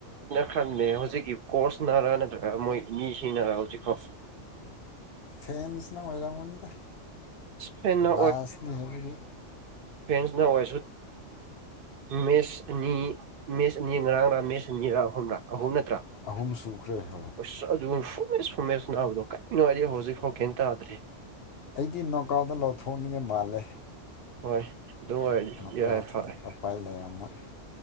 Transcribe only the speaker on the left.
ꯐꯦꯟꯁꯅ ꯑꯣꯏꯔꯝꯒꯅꯤꯗ
ꯂꯥꯁꯅꯤ
ꯑꯍꯨꯝ ꯁꯨꯈ꯭ꯔꯦ ꯍꯣꯏ
ꯑꯩꯒꯤ ꯅꯣꯡꯀꯥꯎꯗ ꯂꯧꯊꯣꯛꯅꯤꯡꯉ ꯃꯥꯜꯂꯦ
ꯉꯀꯥꯁꯤꯗꯤ
ꯎꯄꯥꯏ ꯂꯩꯔꯝꯃꯣꯏ